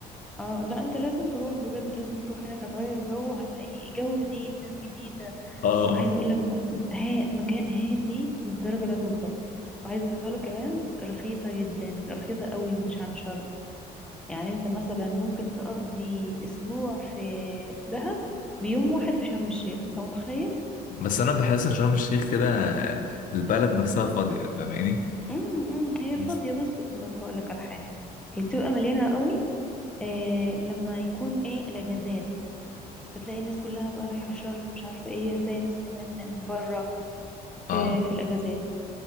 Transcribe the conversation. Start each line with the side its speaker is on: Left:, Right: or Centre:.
Centre: اه لا انت لازم تروح بجد لازم تروح هناك هتغير جو هتلاقي جو جديد ناس جديدة
Left: اه
Centre: وعايزه
Left: اه
Centre: اقول لك م... ها... مكان هادي لدرجه لا توصف وعايزه اقول لك كمان رخيصه جدا رخيصه قوي من عن شرم يعني انت مثلا ممكن تقضي اسبوع في في دهب بيوم واحد في شرم الشيخ انت متخيل
Left: بس انا بحس ان شرم الشيخ كده البلد نفسها فاضية فاهماني؟
Centre: امم هي
Left: بس.
Centre: فاضيه بس بس هقول لك على حاجه هي بتبقى مليانه قوي آه لما يكون ايه الاجازات فتلاقي الناس كلها بقى رايحه شرم مش عارفه ايه هتلاقي ناس كمان من بره في
Left: اه
Centre: في الاجازات